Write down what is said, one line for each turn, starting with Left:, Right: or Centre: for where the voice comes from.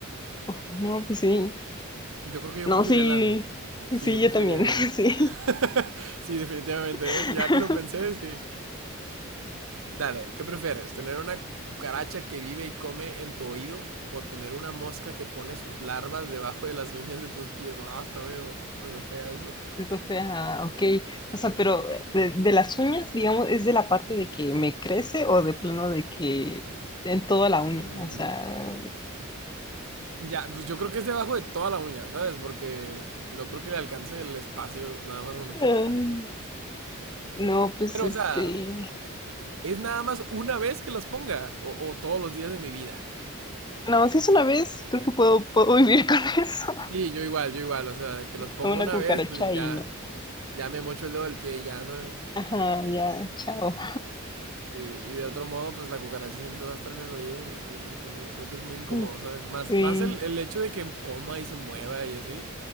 Left: oh, no, pues sí.
Right: Yo creo que yo
Left: No,
Right: preferiría
Left: sí,
Right: el ano. Sí,
Left: sí,
Right: yo preferiría
Left: yo también,
Right: el
Left: <laughs>
Right: ano.
Left: sí.
Right: <laughs> Sí, definitivamente,
Left: <laughs>
Right: ¿eh? Ya que lo pensé, sí. Dale, ¿qué prefieres? ¿Tener una cucaracha que vive y come en tu oído? ¿O tener una mosca que pone sus larvas debajo de las uñas de tus pies? Ah, está medio, medio fea eso.
Left: Eso ah ok. O sea, pero de, de las uñas, digamos, ¿es de la parte de que me crece o de plano de que en toda la uña?
Right: Mm,
Left: O sea,
Right: ya, pues yo creo que es debajo de toda la uña, ¿sabes? Porque no creo que le alcance el espacio nada más donde
Left: <laughs>
Right: crece.
Left: ay, no, pues
Right: Pero,
Left: este,
Right: o sea, es nada más una vez que los ponga o, o todos los días de mi vida.
Left: no, si es una vez, creo que puedo, puedo vivir con <laughs> eso.
Right: Sí, yo igual, yo igual, o sea, que los ponga
Left: Con Una
Right: una
Left: cucaracha
Right: vez, pues
Left: ahí,
Right: ya,
Left: ¿no?
Right: ya me mocho el dedo del pie y ya, ¿sabes?
Left: Ajá, ya, chao.
Right: Y, y de otro modo, pues la cucaracha siempre va a estar en el oído y, no- y- y, pues creo que es muy incómodo,
Left: Mm,
Right: ¿sabes? Más,
Left: Sí.
Right: más el, el hecho de que coma y se mueva y así,